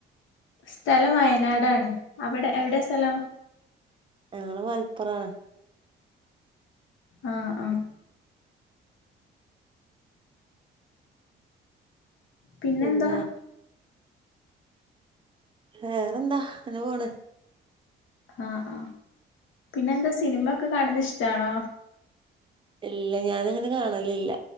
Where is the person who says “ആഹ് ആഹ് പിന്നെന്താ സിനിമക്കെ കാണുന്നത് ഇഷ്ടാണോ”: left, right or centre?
Left